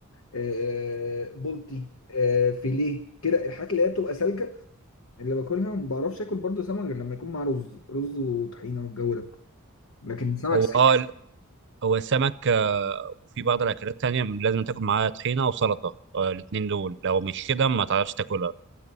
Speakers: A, on the left; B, on the right.
A: آه، بلطي آه، فيليه كده الحاجات اللي هي بتبقى سالكه اللي باكلها ما بعرفش اكل برضو سمك غير لما يكون مع رز رز وطحينه والجو ده لكن سمك
B: هو
A: سكه
B: اه هو السمك آه، وفي بعض الأكلات تانية لازم تاكل معاها طحينة وسلطة آه، الاتنين دول لو مش كده ما تعرفش تاكلها